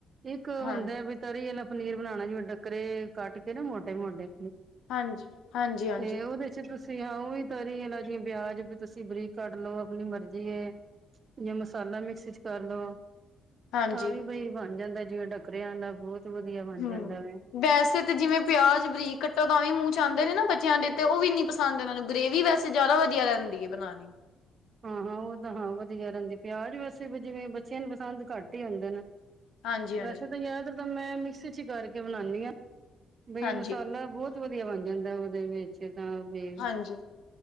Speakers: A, on the right; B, on the left.
A: ਇੱਕ ਹੁੰਦਾ
B: ਹਾਂਜੀ,
A: ਬਈ ਦਹੀ ਆਲਾ ਪਨੀਰ ਬਣਾਉਣਾ ਜਿਵੇ ਡੱਕਰੇ ਕੱਟ ਕੇ ਨਾ ਮੋਟੇ -ਮੋਟੇ
B: ਹਾਂਜੀ, ਹਾਂਜੀ, ਹਾਂਜੀ,
A: ਤੇ ਉਹਦੇ 'ਚ ਤੁਸੀਂ ਤੁਸੀਂ ਹਾਂ ਉਹ ਵੀ ਤਰੀ ਲਾ ਜ ਵਿਆਜ ਵੀ ਤੁਸੀਂ ਬਰੀਕ ਕੱਢ ਲੋਓ ਆਪਣੀ ਮਰਜੀ ਏ। ਜਾਂ ਮਸਾਲਾ ਮਿਕਸੀ 'ਚ ਕਰਲੋ।
B: ਹਾਂਜੀ
A: ਹਾਂ ਵੀ ਬਈ ਬਣ ਜਾਂਦਾ ਜਿਵੇਂ ਡੱਕਰਿਆਂ ਦਾ ਬਹੁਤ ਵਧੀਆ ਬਣ
B: ਹੂੰ
A: ਜਾਂਦਾ ਵੇ।
B: ਵੈਸੇ ਤੇ ਜਿਵੇਂ ਪਿਆਜ ਬਰੀਕ ਕੱਟੋ ਤਾਂ ਵੀ ਮੂੰਹ 'ਚ ਆਂਦੇ ਨੇ ਨਾ ਬੱ ਬੱਚਿਆਂ ਦੇ ਤੇ ਉਹ ਵੀ ਇੰਨੀ ਪਸੰਦ ਇਹ ਨੂੰ ਗ੍ਰੇਵੀ ਵੈਸੇ ਜ਼ਿਆਦਾ ਵਧੀਆ ਰਹਿੰਦੀ ਹੈ ਬਣਾਣੀ।
A: ਹਾਂ -ਹਾਂ ਉਹ ਤਾਂ ਹਾਂ ਵਧੀਆ ਰਹਿੰਦੀ ਪਿਆਜ ਵੈਸੇ ਜਿਵੇਂ ਬੱਚਿਆਂ ਨੂੰ ਪਸੰਦ ਘੱਟ ਹੀ ਆਉਂਦੇ ਨੇ।
B: ਹਾਂਜੀ, ਹਾਂਜੀ,
A: ਵੈਸੇ ਤਾਂ ਯਾਦ ਤਾਂ ਮੈਂ ਮਿਕਸੀ 'ਚ ਹੀ ਕਰਕੇ ਬਣਾਣੀ ਆਂ। ਬਈ
B: ਹਾਂਜੀ,
A: ਮਸਾਲਾ ਬਹੁਤ ਵਧੀਆ ਬਣ ਜਾਂਦਾ ਹੈ, ਉਹਦੇ ਵਿੱਚ ਤਾਂ ਵੀ
B: ਹਾਂਜੀ,